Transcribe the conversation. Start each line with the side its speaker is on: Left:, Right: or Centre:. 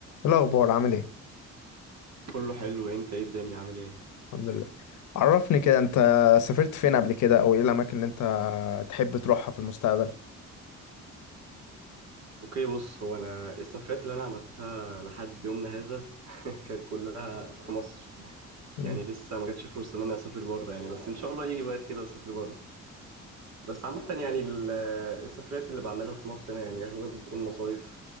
Left: إيه الأخبار عامل إيه؟
Right: كله حلو انت ايه الدنيا عامل ايه
Left: الحمد لله عرفني كده أنت سافرت فين قبل كده أو إيه الأماكن اللي أنت تحب تروحها في المستقبل؟
Right: اوكي بص هو انا السفرات اللي انا عملتها لحد يومنا هذا <laughs> كانت كلها في مصر
Left: مم.
Right: يعني لسه ما جاتش فرصه ان انا اسافر بره يعني بس ان شاء الله يجي وقت كده اسافر بره بس عامه يعني ال- السفرات اللي بعملها في مصر هنا يعني اغلبها بتكون مصايف